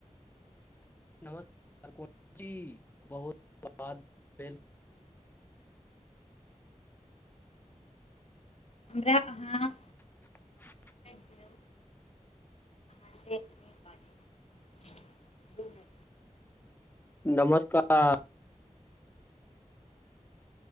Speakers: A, on the left (about 15°); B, on the left (about 55°).
A: <inaudible> नमस्कार को बहुत भेल <unintelligible> <inaudible>
B: हमरा अहाँ!
A: <inaudible>
B: दौ अहाँसँ की बाजै छी
A: <inaudible>
B: <inaudible> दू मिनट
A: नमस्कार!